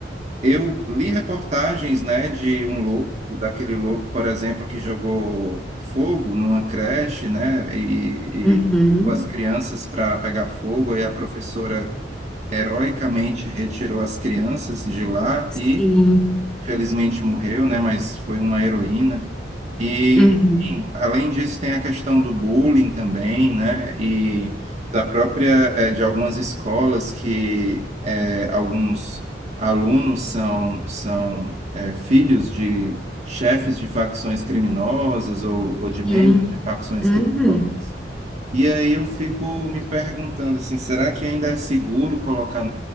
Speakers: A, on the right; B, in the centre.
A: eu li reportagens, né, de um louco, daquele louco, por exemplo, que jogou fogo numa creche, né? E,
B: Uhum.
A: e com as crianças para pegar fogo, e a professora heroicamente retirou as crianças de lá e,
B: Sim.
A: felizmente, morreu, né? Mas foi uma heroína. E,
B: Uhum.
A: enfim, além disso, tem a questão do bullying também, né? E da própria, eh, de algumas escolas que eh, alguns alunos são, são eh, filhos de chefes de facções criminosas ou, ou de
B: Sim.
A: membros de facções
B: Uhum.
A: criminosas. E aí eu fico me perguntando assim, será que ainda é seguro colocar,